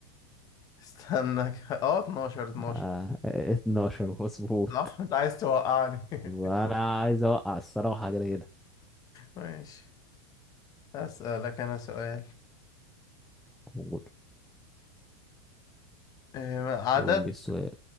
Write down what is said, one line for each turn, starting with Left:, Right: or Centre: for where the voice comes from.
Left: <laughs> استنى ك- اه 12 12
Centre: آه، 12 مظبوط
Left: صح انت عايز توقعني <laughs>
Centre: انا عايز اوقع الصراحه كده كده
Left: ماشي اسألك انا سؤال
Centre: قول
Left: آه، عدد
Centre: قول لي السؤال